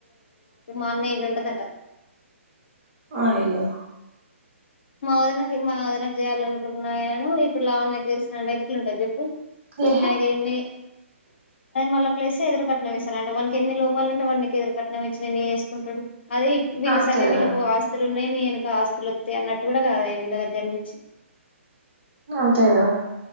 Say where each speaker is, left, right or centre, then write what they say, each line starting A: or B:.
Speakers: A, on the left; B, on the right.
A: మా అన్న ఏజ్ ఉంటదట
B: అయ్యో
A: మా వదనకి మా వదినకి చేయాల అనుకుంటున్నాను ఇప్పుడు <unintelligible> ఎట్లుంటంది చెప్పు
B: ఏహే
A: ఆయనకి ఎన్ని అదే మళ్ళా ప్లేస్ ఎదురుకట్నం ఇస్తరట ఎన్ని లోపాలు ఉంటే వాడు నీకు ఎదురు కట్నం ఇచ్చి నిన్ను చేసుకుంటాడు అదే వీళ్ళు
B: అంతే
A: సరే వళ్కు
B: కదా
A: ఆస్తులు ఉన్నాయి <unintelligible> ఆస్తులు వస్తా అన్నట్టు కూడా కాద వీళ్ళ దగ్గర నుంచి
B: అంతే గ